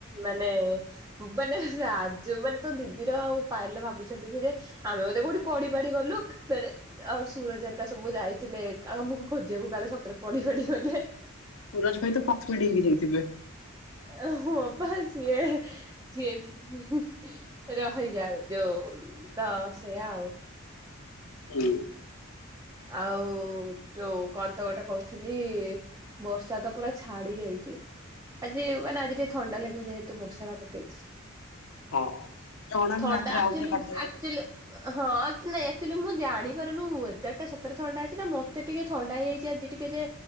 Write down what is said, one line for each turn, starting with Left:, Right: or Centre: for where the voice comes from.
Right: ମାନେ। <unintelligible> ଯୋଉମାନେ ତୋ ଦିଦିର, ଆଉ ପାୟଲ ର ଭାବୁଛନ୍ତି କି ଯେ, ଆମେ ବୋଧେ କୋଉଠି ପଡ଼ି ପାଡ଼ି ଗଲୁ ଫେରେ। ଆଉ ସୁରଜ ହରକା ସବୁ ଯାଇଥିଲେ ଆମକୁ ଖୋଜିବାକୁ, କାଳେ ସତରେ ପଡ଼ି ପାଡ଼ି ଗଲେ।
Left: ସୁରଜ ଭାଇ ତ ପଥୁରି ଡିଙ୍ଗି ହେଇଥିବେ।
Right: ଏ ହଁ, ପା ସିଏ ସିଏ ହୁଁ। ରହିଯା ଯୋଉ, ତ ସେଇଆ ଆଉ।
Left: ହୁଁ।
Right: ଆଉ। ଯୋଉ କଣ ତ ଗୋଟେ କହୁଥିଲି, ବର୍ଷା ତ ପୁରା ଛାଡ଼ି ଯାଇଚି। ଆଜି, ମାନେ ଆଜି ଟିକେ ଥଣ୍ଡା ଲାଗିବ। ଯେହେତୁ ବର୍ଷା ଟା ପକେଇଛି।
Left: ହଁ, ଜଣା
Right: ଥଣ୍ଡା
Left: ନାହିଁ ରାତିରେ
Right: ଆକ୍ଚୁଆଲି
Left: ଆଉଥରେ କାଟି ଦେବେ
Right: ଆକ୍ଚୁଆଲି
Left: ଜ ଦି।
Right: ହଁ, ଆ ନାଇଁ ଅକ୍ଚୁଏଲି ମୁଁ ଜାଣି ପାରୁନି, ୱେଦର୍ ଟା ସତରେ ଥଣ୍ଡା ଅଛି ନା, ମତେ ଟିକେ ଥଣ୍ଡା ହେଇ ଯାଇଛି ଆଜି। ଟିକେ ଯେ।